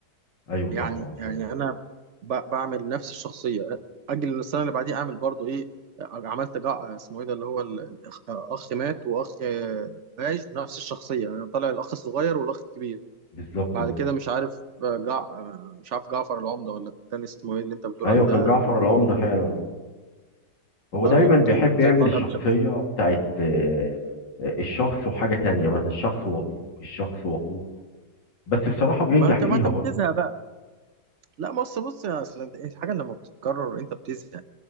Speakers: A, on the left (about 80°); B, on the right (about 55°).
A: ايوه
B: يعني
A: صح اه
B: يعني
A: فعلا.
B: انا ب- بعمل نفس الشخصيه اجل إن السنه اللي بعديها اعمل برضو ايه عملت جع اسمه ايه ده اللي هو ال- الأخ- اخ مات واخ آه، عايش بنفس الشخصيه انا طالع الاخ الصغير والاخ الكبير
A: بالظبط
B: بعد
A: اه
B: كده مش عارف آه، جع آه، مش عارف جعفر العمده ولا التاني اسمه ايه اللي انت بتقول
A: ايوه
B: عليه ده
A: كان جعفر العمده فعلا اه هو
B: برضو
A: دايما بيحب يعمل
B: طالع
A: الشخصيه
B: بشخص
A: بتاعت آه، آه، الشخص وحاجه تانية مثلا الشخص وابوه الشخص واخوه بس بصراحه بينجح
B: ما انت ما
A: فيها
B: انت بتزهق
A: برضه
B: بقى لا بص بص يا اصل الحاجه لما بتتكرر انت بتزهق